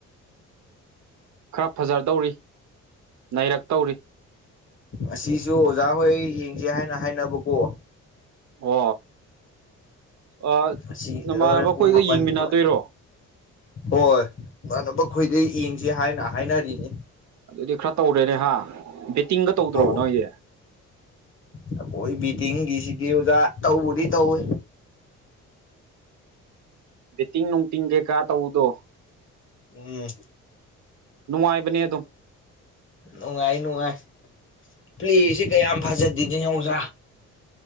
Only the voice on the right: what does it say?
ꯈꯔ ꯐꯖꯗꯧꯔꯤ ꯅꯩꯔꯛꯇꯧꯔꯤ
ꯑꯣ ꯑꯥ
ꯅꯃꯥꯟꯅꯕ
ꯈꯣꯏꯒ
ꯌꯦꯡꯃꯤꯟꯅꯗꯣꯏꯔꯣ
ꯑꯗꯨꯗꯤ ꯈꯔ ꯇꯧꯔꯦꯅꯦ ꯍꯥ ꯕꯦꯠꯇꯤꯡꯒ ꯇꯧꯗ꯭ꯔꯣ
ꯅꯣꯏꯗꯤ
ꯕꯦꯇꯤꯡ ꯅꯨꯡꯇꯤꯡ ꯀꯩꯀꯥ ꯇꯧꯕꯗꯣ
ꯅꯨꯡꯉꯥꯏꯕꯅꯦ ꯑꯗꯨꯝ